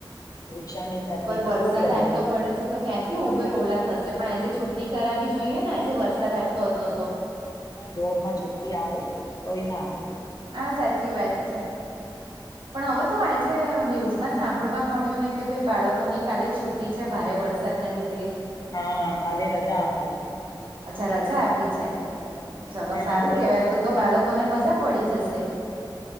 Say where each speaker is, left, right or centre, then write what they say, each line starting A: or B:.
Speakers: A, on the left; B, on the right.
A: રિક્ષા નહી થતી
B: પણ વરસાદ
A: શું કરું
B: આટલો પડે છે તો ક્યાંથી ઉબર ઓલા થશે પણ આજે છુટ્ટી કરાવી જોઈએ ને આજે વરસાદ આટલો હતો હતો
A: જોબમાં છુટ્ટી આપે કોઈ ના આપે છુ
B: હા સાચી વાત છે પણ હવે તો આજે ન્યૂઝમાં સાંભળવા મળ્યું ને કે ભાઈ બાળકો ની કાલે છુ છુટ્ટી છે ભારે વરસાદના લીધે
A: હા કાલે રજા આપી છે
B: અચ્છા રજા આપી છે
A: હમ
B: ચલો
A: એના
B: સારું
A: દેખો
B: કેવાય તો તો બાળકો ને મજા પડી જશે